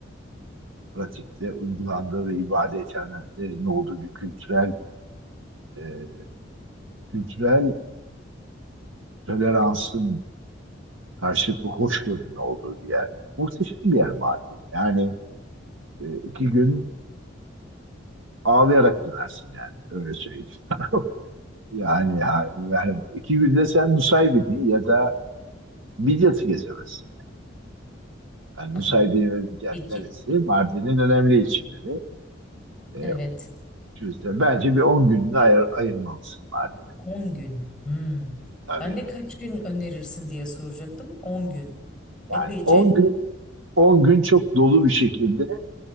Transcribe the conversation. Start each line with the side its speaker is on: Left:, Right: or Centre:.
Right: pratikte uygulandığı ve ibadethanelerin olduğu bir kültürel e, kültürel toleransın karşılıklı hoşgörünün olduğu bir yer. Muhteşem bir yer Mardin. Yani e, iki gün ağlayarak dönersin yani. Öyle söyleyeyim. sana. <laughs> Yani, ha- yani iki günde sen Nusaybin'i ya da Midyat'ı gezemezsin. Yani
Centre: Anladım.
Right: Nusaybin ve Midyat
Centre: Peki.
Right: neresi? Mardin'in önemli ilçeleri. E,
Centre: Evet.
Right: işte bence bir 10 gününü ayır, ayırmalısın Mardin'e.
Centre: on gün. Hmm.
Right: Tabii.
Centre: Ben de kaç gün önerirsin diye soracaktım. 10 gün. Epeyce
Right: Yani on gün on gün çok dolu bir şekilde